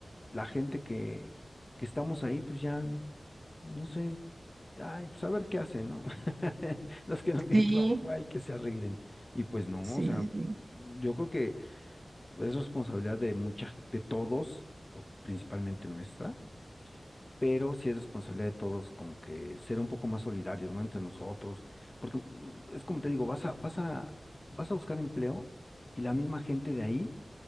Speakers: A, on the left; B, on the right.
A: la gente que, que estamos ahí, pues ya, no sé, ay, pues a ver qué hacen, ¿no? <laughs> Los que no tienen
B: Sí,
A: trabajo, ay, que se arreglen. Y pues no,
B: sí,
A: o sea,
B: sí, sí.
A: yo creo que es responsabilidad de mucha, de todos, o principalmente nuestra, pero sí es responsabilidad de todos como que ser un poco más solidarios, ¿no? Entre nosotros, porque mm, es como te digo, vas a, vas a, vas a buscar empleo y la misma gente de ahí